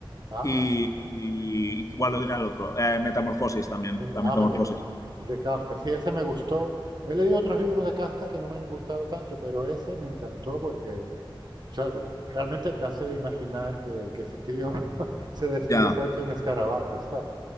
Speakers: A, on the right (about 55°); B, on the left (about 40°).
A: Ah,
B: y, y ¿cuál era el otro? Eh, Metamorfosis también,
A: im-
B: la
A: ah,
B: Metamorfosis.
A: Metamorfo- de Kafka. Sí, ese me gustó. He leído otros libros de Kafka que no me han gustado tanto, pero ese me encantó porque, o sea, de- realmente te hace imaginar que, que ese tío <laughs> se despierta
B: Ya.
A: hecho un escarabajo, <laughs> ¿sabes?